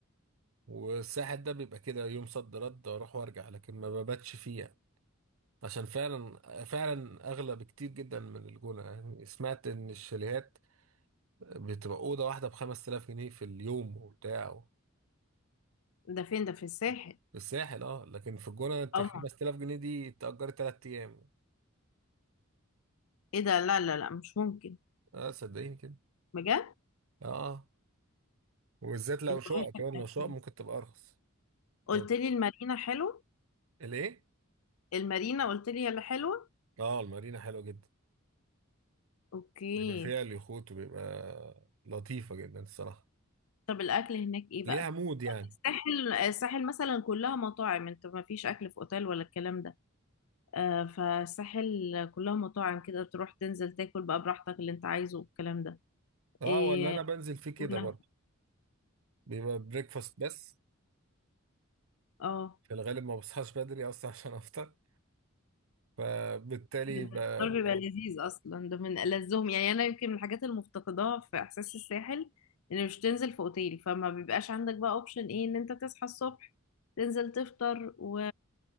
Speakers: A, on the right (about 75°); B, on the left (about 85°).
A: والساحل ده بيبقى كده يوم صد رد اروح وارجع لكن ما بباتش فيه يعني عشان فعلا فعلا اغلى بكتير جدا من الجونه يعني سمعت ان الشاليهات بتبقى اوضه واحده ب 5000 جنيه في اليوم وبتاع
B: ده فين ده في الساحل
A: الساحل اه لكن في الجونة انت
B: طبعا
A: 5000 جنيه دي تأجري تلات أيام
B: ايه ده لا لا لا مش ممكن
A: اه صدقيني كده
B: بجد
A: اه آه. وبالذات لو
B: إيه ده؟
A: شقة كمان لو شقة ممكن تبقى أرخص
B: قلت
A: أو
B: لي المارينا حلو
A: الإيه؟
B: المارينا قلت لي هي اللي حلوة
A: اه المارينا حلوة جدا
B: اوكي
A: بيبقى فيها اليخوت وبيبقى لطيفة جدا الصراحة
B: طب الاكل هناك ايه
A: ليها
B: بقى
A: مود يعني
B: الساحل الساحل مثلا كلها مطاعم انت ما فيش اكل في اوتيل ولا الكلام ده آه فالساحل كلها مطاعم كده تروح تنزل تاكل بقى براحتك اللي انت عايزه والكلام ده
A: اه
B: إيه
A: ولا أنا بنزل فيه كده
B: كنا
A: برضه بيبقى بريكفاست بس
B: اه
A: في الغالب ما بصحاش بدري أصلا <laughs> عشان أفطر فبالتالي
B: الفطار
A: ب...
B: بيبقى
A: ب-
B: لذيذ اصلا ده من ألذهم يعني انا يمكن من الحاجات اللي مفتقداها في احساس الساحل ان مش تنزل في اوتيل فما بيبقاش عندك بقى اوبشن ايه ان انت تصحى الصبح تنزل تفطر و